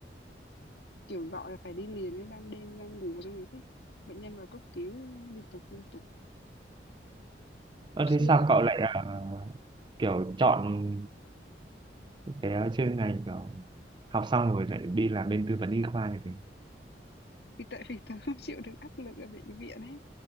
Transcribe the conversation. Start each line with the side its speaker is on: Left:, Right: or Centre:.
Left: kiểu gọi là phải đi liền ấy ban đêm đang ngủ xong rồi thế bệnh nhân vào cấp cứu liên tục liên tục
Right: Ơ,
Left: hồi xưa
Right: thế sao cậu lại à, kiểu chọn cái à, chuyên ngành kiểu học xong rồi lại đi làm bên tư vấn y khoa như thế
Left: vì tại vì tớ không chịu được áp lực ở bệnh viện ấy